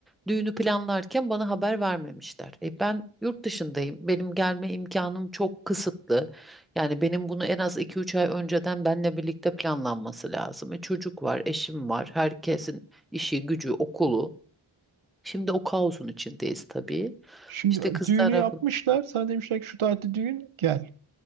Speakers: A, in the centre; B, on the right.
A: düğünü planlarken bana haber vermemişler. E, ben yurt dışındayım. Benim gelme imkanım çok kısıtlı. Yani benim bunu en az iki üç ay önceden benle birlikte planlanması lazım. E, çocuk var, eşim var. Herkesin işi, gücü, okulu. Şimdi o kaosun içindeyiz tabii.
B: Şimdi
A: İşte
B: e,
A: kız
B: düğünü
A: tarafı.
B: yapmışlar. Sana demişler ki şu tarihte düğün gel.